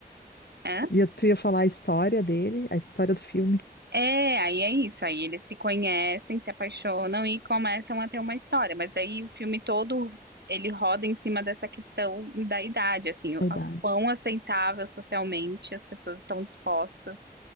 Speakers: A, on the right; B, on the left.
A: hã?
B: e tu ia falar a história dele, a história do filme?
A: É, aí é isso. Aí eles se conhecem, se apaixonam e começam a ter uma história. Mas daí o filme todo. Ele roda em cima dessa questão da idade, assim, o
B: a idade.
A: o quão aceitável socialmente as pessoas estão dispostas